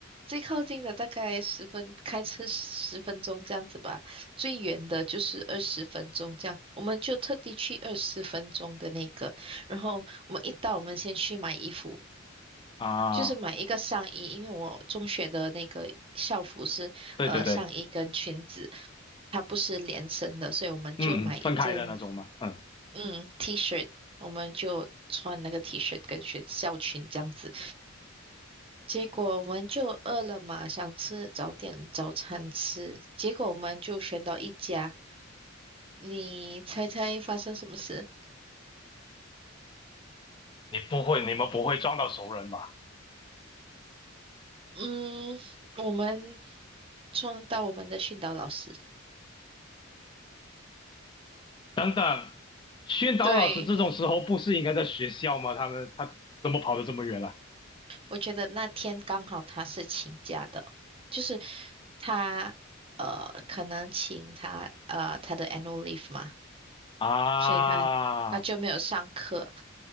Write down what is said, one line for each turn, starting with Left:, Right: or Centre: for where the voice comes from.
Right: 最靠近的大概十分，开车十分钟这样子吧，最远的就是二十分钟这样，我们就特地去二十分钟的那个，然后我们一到，我们先去买衣服。
Left: 啊，
Right: 就是买一个上衣，因为我中学的那个校服是呃上衣跟裙子，
Left: 对对对，
Right: 它不是连身的，所以我们就买一件
Left: 嗯，嗯分开的那种嘛，嗯，
Right: 嗯 T 恤，我们就穿那个 T 恤跟学校裙这样子。结果我们就饿了嘛，想吃早点早餐吃，结果我们就选到一家，你猜猜发生什么事？
Left: 你不会，你们不会撞到熟人吧？
Right: 嗯，我们撞到我们的训导老师，
Left: 等等，宣导老师这种时候不是应该在学校吗？
Right: 对。
Left: 他们他怎么跑得这么远了？
Right: 我觉得那天刚好他是请假的，就是他呃可能请他呃他的 annual leave 嘛，
Left: 啊，
Right: 所以他
Left: <laughs>
Right: 上课，